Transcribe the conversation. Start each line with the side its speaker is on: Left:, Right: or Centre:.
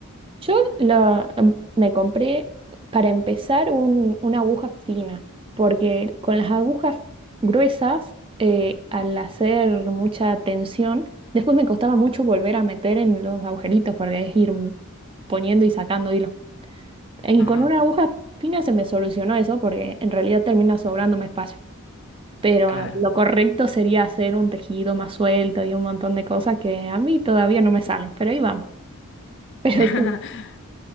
Right: Yo lo, em, me compré para empezar un- una aguja fina, porque con las agujas gruesas, eh, al hacer mucha tensión, después me costaba mucho volver a meter en los agujeritos, porque es ir poniendo y sacando hilo. Y
Left: Ajá,
Right: con una aguja fina se me solucionó eso, porque en realidad termina sobrándome espacio. Pero
Left: claro.
Right: lo correcto sería hacer un tejido más suelto y un montón de cosas que a mí todavía no me salen, pero ahí vamos. <laughs> Pero
Left: <laughs>
Right: sí,